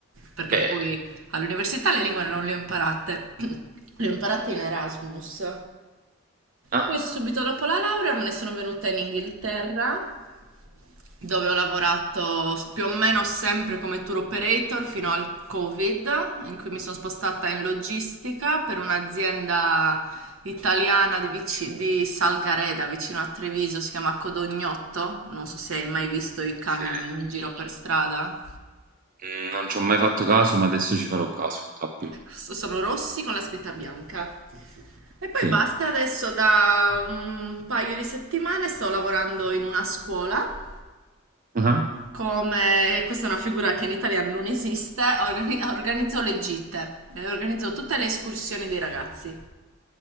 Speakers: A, on the right; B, on the right.
A: perché
B: Beh,
A: poi all'università le lingue non le ho imparate. Le ho imparate in Erasmus.
B: ah,
A: Poi subito dopo la laurea me ne sono venuta in Inghilterra dove ho lavorato più o meno sempre come tour operator fino al Covid, in cui mi sono spostata in logistica per un'azienda italiana di, vici- di Salgareda, vicino a Treviso, si chiama Codognotto. Non so se hai mai visto i camion
B: ok.
A: in giro per strada.
B: Mm, non ci ho mai fatto caso, ma adesso ci farò caso, sappilo.
A: So, Sono rossi con la scritta bianca. E poi
B: Ok.
A: basta, adesso da un paio di settimane sto lavorando in una scuola
B: Ah-ah.
A: come questa è una figura che in Italia non esiste, organi- organizzò le gitte, eh, organizzò tutte le escursioni dei ragazzi.